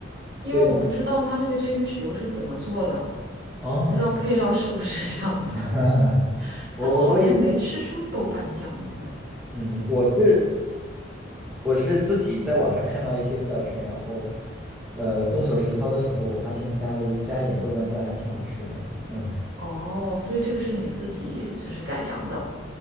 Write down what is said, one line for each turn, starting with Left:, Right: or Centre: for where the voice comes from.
Right: 因为我不知道它那个蒸鱼豉油是怎么做的。
Centre: 对，哦。
Right: 不知道配料是不是这样做，
Centre: <laughs>
Right: <laughs>
Centre: 我我我也只，
Right: 但我好像没吃出豆瓣酱的味儿。
Centre: 嗯，我是我是自己在网上看到一些教程，
Right: 嗯，
Centre: 然后，呃，动手实操的时候，我发现加了一加一点豆瓣酱还挺好吃的。嗯，
Right: 哦，所以这个是你自己就是改良的。